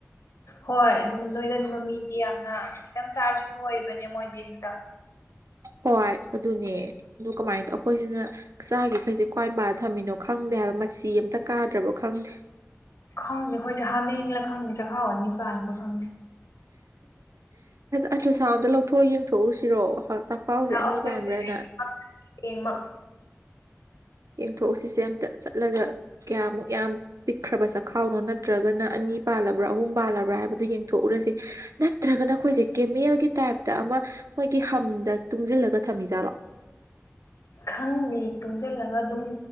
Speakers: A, on the left (about 75°); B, on the right (about 80°).
A: ꯍꯣꯏ ꯑꯗꯨꯝ ꯅꯣꯏꯒꯟꯕ ꯃꯤꯗꯤ ꯌꯥꯝꯅ ꯈꯤꯇꯪ ꯆꯥꯔꯁꯨ ꯅꯣꯏꯕ ꯅꯣꯏ ꯃꯣꯏꯗꯤꯦꯔꯤꯗ
B: ꯍꯣꯏ ꯑꯗꯨꯅꯦ ꯑꯗꯨ ꯀꯃꯥꯏꯅ ꯇꯧ ꯑꯩꯈꯣꯏꯁꯤꯅ ꯆꯥꯒꯤꯈꯩꯁꯦ ꯀ꯭ꯋꯥꯏꯝꯕ ꯊꯝꯃꯤꯅꯣ ꯈꯪꯕ ꯈꯪꯗꯦ ꯍꯥꯏꯕ ꯃ ꯑꯃꯇ ꯀꯥꯗ꯭ꯔꯕꯣ ꯈꯪꯗꯦ
A: ꯈꯪꯗꯦ ꯑꯩꯈꯣꯏꯁꯦ ꯍꯥꯃꯦꯡꯂ ꯈꯪꯗꯦ ꯆꯈꯥꯎ ꯑꯅꯤ ꯄꯥꯟꯕ ꯈꯪꯗꯦ
B: ꯑꯆ ꯑꯁꯥ ꯑꯝꯇ ꯂꯧꯊꯣꯛꯑ ꯌꯦꯡꯊꯣꯛꯎꯨꯁꯤꯔꯣ ꯆꯥꯛꯈꯥꯎꯁꯦ
A: ꯂꯥꯛꯑꯣ
B: ꯑꯅꯤ
A: ꯆꯠꯁꯦ
B: ꯄꯥꯟꯕ꯭ꯔꯅ
A: ꯑꯩ ꯍꯌꯦꯡꯃꯛ
B: ꯌꯦꯡꯊꯣꯛꯎꯁꯤꯁꯦ ꯑꯝꯇ ꯆꯠꯂꯒ ꯀꯌꯥꯃꯨꯛ ꯌꯥꯝ ꯄꯤꯛꯈ꯭ꯔꯕ ꯆꯈꯥꯎꯅꯣ ꯅꯠꯇ꯭ꯔꯒꯅ ꯂ꯭ꯔ ꯑꯍꯨꯝꯂ꯭ꯔ ꯍꯥꯏꯕ ꯌꯦꯊꯣꯛꯎꯔ ꯅꯠꯇ꯭ꯔꯒꯅ ꯑꯩꯏ ꯇꯥꯏꯞꯇ ꯑꯃ ꯃꯣꯏꯒꯤ ꯍꯝꯗ ꯇꯨꯡꯁꯤꯜꯂꯒ ꯊꯝꯃꯤꯖꯥꯠꯂꯣ
A: ꯈꯪꯅꯤ ꯇꯨꯡꯁꯤꯂ ꯑꯗꯨꯝ